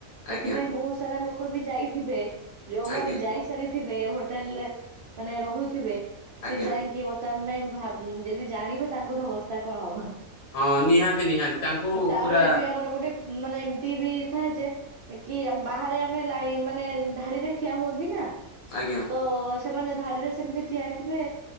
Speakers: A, on the right (about 65°); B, on the left (about 70°).
A: ସେଥିପାଇଁ
B: ଆଜ୍ଞା
A: ବହୁତ ସାରା ଲୋକ ବି ଯାଇଥିବେ ଯୋଉମାନେ
B: ଆଜ୍ଞା
A: ଯାଇସାରିଥିବେ ହୋଟେଲରେ ମାନେ ରହୁଥିବେ
B: ଆଜ୍ଞା
A: ସିଏ ଯାଇଁଙ୍କି ତାଙ୍କ ପାଇଁ ଯଦି ଜାଣିବ ତାଙ୍କର ଅବସ୍ଥା କଣ ହବ।
B: ହଁ ନିହାତି ନିହାତି ତାଙ୍କୁ
A: ତାପରେ
B: ପୁରା
A: ବି ଆମର ଗୋଟେ ମାନେ ଏମତି ବି ଥାଏ ଯେ କି ଆମ ବାହାରେ ଆମେ ଲାଇନ ମାନେ ଧାଡିରେ ଠିଆ ହୁଅନ୍ତି ନା
B: ଆଜ୍ଞା।
A: ତ ସେମାନେ ଧାଡିରେ ସେମିତି ଠିଆ ହେଇଥିବେ